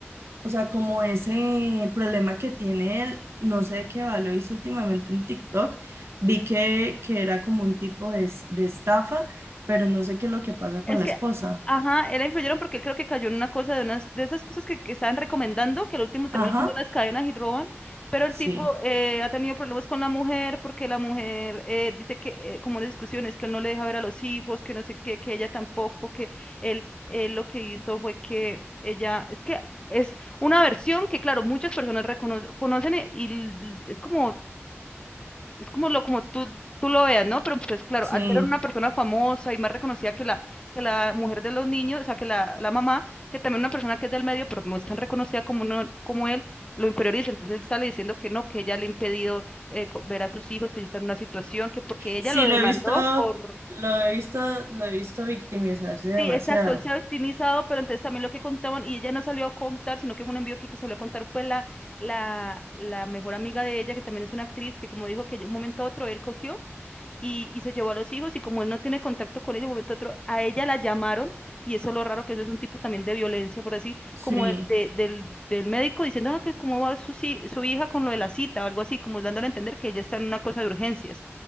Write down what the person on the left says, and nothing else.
Es
que,
ajá, era influyeron porque creo que cayó en una cosa de unas de esas cosas que, que estaban recomendando, que al último termina
siendo unas cadenas y roban, pero el
tipo eh, ha tenido problemas con la mujer porque la mujer eh, dice que, eh, como las discusiones, que él no le deja ver a los hijos, que no sé qué, que ella tampoco, que él, él lo que hizo fue que ella, es que es una versión que, claro, muchas personas reconocen conocen y, y l- es como es como lo como tú, tú lo veas, ¿no? Pero pues claro,
al ser una persona famosa y más reconocida que la, que la mujer de los niños, o sea, que la, la mamá, que también una persona que es del medio, pero no es tan reconocida como, no como él, lo inferioriza. Entonces él sale diciendo que no, que ella le ha impedido eh, co- ver a sus hijos, que está en una situación, que porque ella
lo demandó
por...
Sí, exacto, él se ha victimizado, pero entonces también lo que contaban, y ella no salió a contar, sino que fue un envío que, que salió a contar fue la, la, la mejor amiga de ella, que también es una actriz, que como dijo que de un momento a otro él cogió y, y se llevó a los hijos y como él no tiene contacto con ella, de un momento a otro, a ella la llamaron y eso es lo raro que eso es un tipo también de violencia, por así,
como de- de- del, del médico diciendo "Ah, que cómo va su, si- su hija con lo de la cita o algo así, como dándole a entender que ella está en una cosa de urgencias